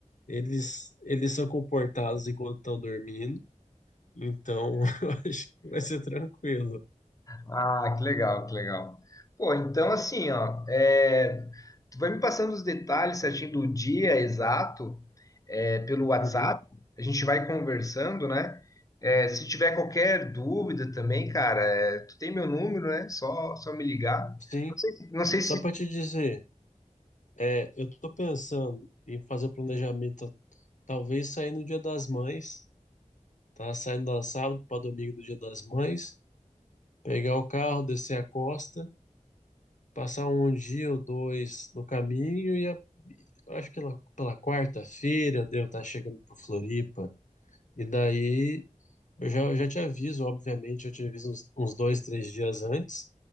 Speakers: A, on the left (about 70°); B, on the left (about 25°).
A: Eles, eles são comportados enquanto estão dormindo. Então, <laughs> eu acho que vai ser tranquilo.
B: Ah, que legal, que legal. Pô, então assim, ó, é, tu vai me passando os detalhes certinho do dia exato, é, pelo WhatsApp,
A: Uhum,
B: a gente vai conversando, né? É, se tiver qualquer dúvida também, cara, é, tu tem meu número, né? Só, só me ligar.
A: sim.
B: Não sei se, não sei
A: Só
B: se...
A: para te dizer, é, eu tô pensando em fazer o planejamento, talvez sair no Dia das Mães, tá? Saindo da sábado para domingo do Dia das Mães, pegar o carro, descer a costa, passar um dia ou dois no caminho e a- eu acho que lá pela quarta-feira devo estar chegando por Floripa. E daí eu já, já te aviso, obviamente, eu te aviso uns, uns dois, três dias antes.